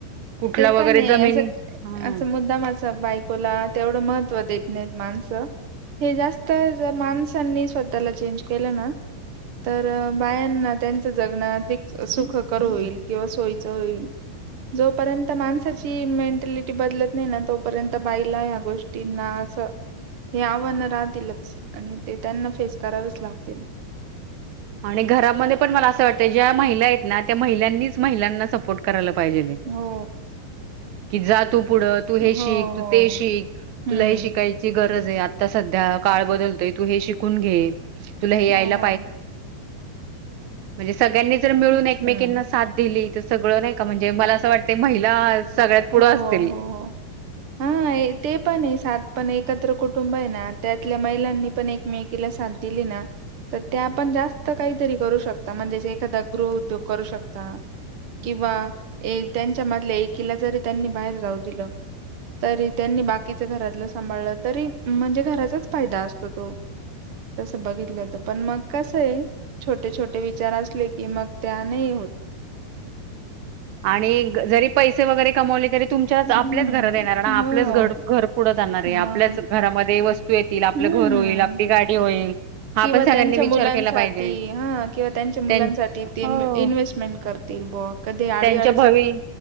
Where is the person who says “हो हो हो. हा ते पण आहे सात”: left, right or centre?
Right